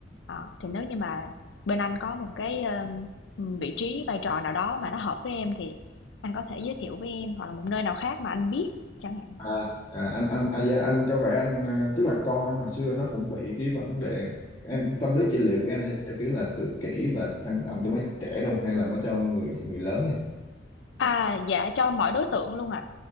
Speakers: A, on the left; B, on the left.
A: Ờ, thì nếu như mà bên anh có một cái, ơ, vị trí, vai trò nào đó mà nó hợp với em thì anh có thể giới thiệu với em, hoặc là một nơi nào khác mà anh biết chẳng hạn.
B: à, à, anh anh à, dạ, anh có vẻ anh ờ, tức là con anh hồi xưa nó cũng bị cái vấn đề em tâm lý trị liệu của em theo kiểu là tự kỷ và tăng động cho mấy trẻ đâu hay là mới cho người người lớn nhỉ
A: À, dạ, cho mọi đối tượng luôn ạ.